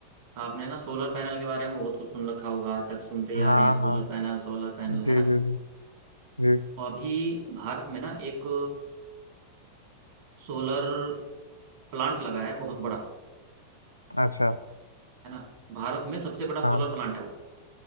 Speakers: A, on the right; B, on the left.
A: आपने ना सोलर पैनल के बारे में बहुत कुछ सुन रखा होगा आज तक सुनते ही
B: हाँ
A: आ रहे हैं सोलर
B: हाँ
A: पैनल सोलर पैनल
B: जी
A: है ना
B: जी जी जी
A: और अभी भारत में ना एक सोलर प्लांट लगा है बहुत बड़ा
B: अच्छा
A: है ना भारत में सबसे बड़ा सोलर
B: हाँ
A: प्लांट है वो